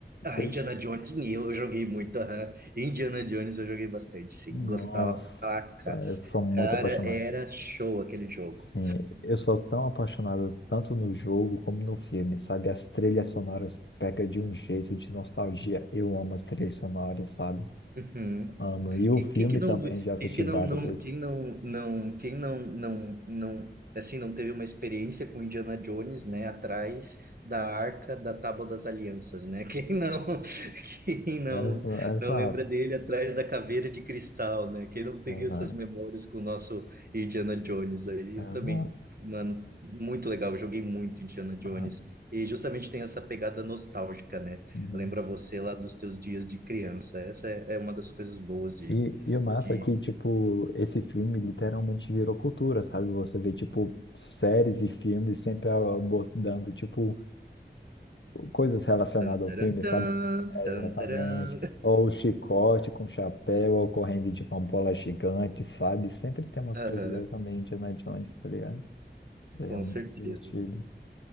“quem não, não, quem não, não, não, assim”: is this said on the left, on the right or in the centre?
Right